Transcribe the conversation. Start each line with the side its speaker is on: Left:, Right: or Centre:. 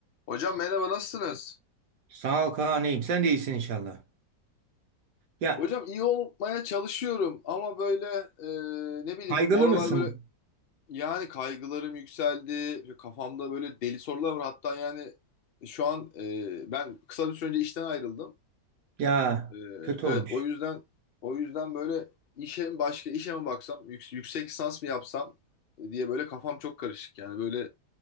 Left: Hocam merhaba nasılsınız?
Right: Sağ ol Kaan'ım. Sen de iyisin inşallah. Ya
Left: Hocam iyi olmaya çalışıyorum ama böyle e, ne bileyim
Right: kaygılı
Left: bu aralar
Right: mısın?
Left: böyle yani kaygılarım yükseldi. Kafamda böyle deli sorular var. Hatta yani şu an e, ben kısa bir süre önce işten ayrıldım.
Right: Ya
Left: E,
Right: kötü
Left: evet
Right: olmuş.
Left: o yüzden o yüzden böyle işe mi başka işe mi baksam yüks- yüksek lisans mı yapsam diye böyle kafam çok karışık. Yani böyle